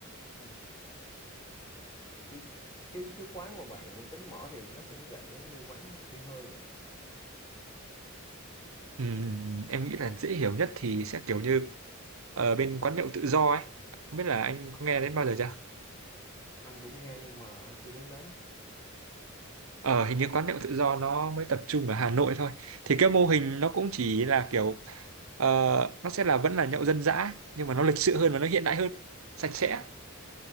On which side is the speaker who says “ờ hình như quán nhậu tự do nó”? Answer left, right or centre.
Right